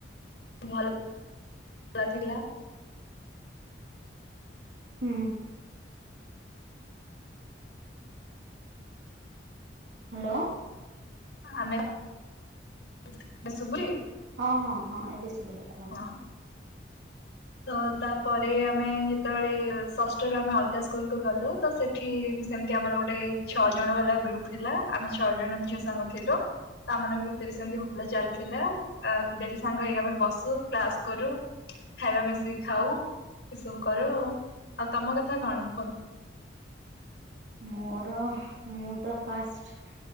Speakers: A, on the left; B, on the right.
A: ଭଲ ଥିଲା।
B: ହୁଁ। ହାଲୋ।
A: ଆମେ <unintelligible>
B: ହଁ ହଁ ହଁ ଏବେ ଶୁବିଲା।
A: ହଁ। ତ ତାପରେ ଆମେ ଯେତେବେଳେ ଷଷ୍ଠରେ ଆମେ ଅଲଗା ସ୍କୁଲକୁୁ ଗଲୁ ତୋ ସେ ଏଠିବି ସେମିତି ଆମର ଗୋଟେ ଛଅ ଜଣ ବାଲା ଗ୍ରୁପ୍ ଥିଲା ଆମେ ଛଅ ଜଣ ଝିଅ ସାଙ୍ଗ ଥିଲୁ। ତା ମାନଙ୍କ ଭିତରେ ସେମିତି ଭଲ ଚାଲିଥିଲା ଡେଲି ସାଙ୍ଗ ହେଇ ଆମେ ବସୁ କ୍ଲାସ୍ କରୁ ଖାଇବା ମିଶିକି ଖାଉ ଏସବୁ କରୁ ଆଉ ତମ କଥା କଣ କୁଅ?
B: ମୋର ମୁଁତ ଫାଷ୍ଟ